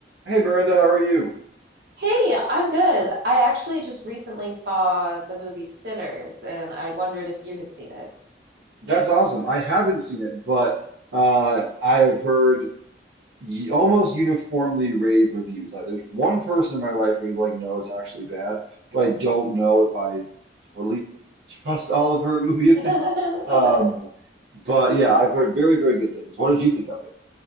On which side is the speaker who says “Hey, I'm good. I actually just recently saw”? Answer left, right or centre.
Right